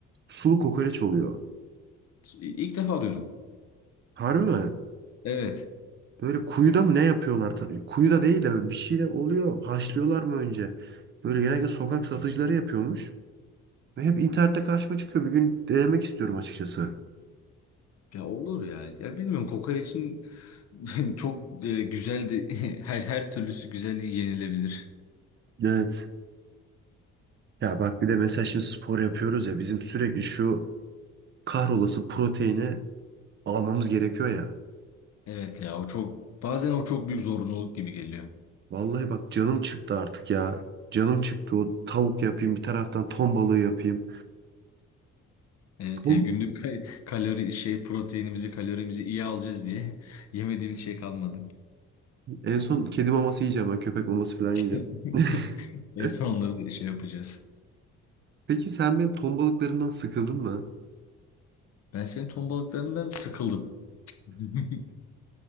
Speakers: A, on the right (about 40°); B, on the left (about 55°).
A: Sulu kokoreç oluyor.
B: İlk defa duydum.
A: Harbi mi?
B: Evet.
A: Böyle kuyuda mı ne yapıyorlar? Ta- Kuyuda değil de böyle bir şey de oluyor. Haşlıyorlar mı önce? Böyle genelde sokak satıcıları yapıyormuş. Ve hep internette karşıma çıkıyor. Bir gün denemek istiyorum açıkçası.
B: Ya olur ya. Ya bilmiyorum kokoreçin <laughs> çok e, güzel de <laughs> her her türlüsü güzel yenilebilir.
A: Evet. Ya bak bir de mesela şimdi spor yapıyoruz ya. Bizim sürekli şu kahrolası proteini almamız gerekiyor ya.
B: Evet ya o çok bazen o çok büyük zorunluluk gibi geliyor.
A: Vallahi bak canım çıktı artık ya. Canım çıktı o tavuk yapayım bir taraftan ton balığı yapayım.
B: Evet
A: Ton-
B: yani günlük ka- kalori şey proteinimizi kalorimizi iyi alacağız diye <laughs> yemediğimiz şey kalmadı.
A: En son kedi maması yiyeceğim ben köpek maması falan yiyeceğim.
B: <laughs> En
A: <laughs>
B: son onları şey yapacağız.
A: Peki sen benim ton balıklarından sıkıldın mı?
B: Ben senin ton balıklarından sıkıldım. <laughs>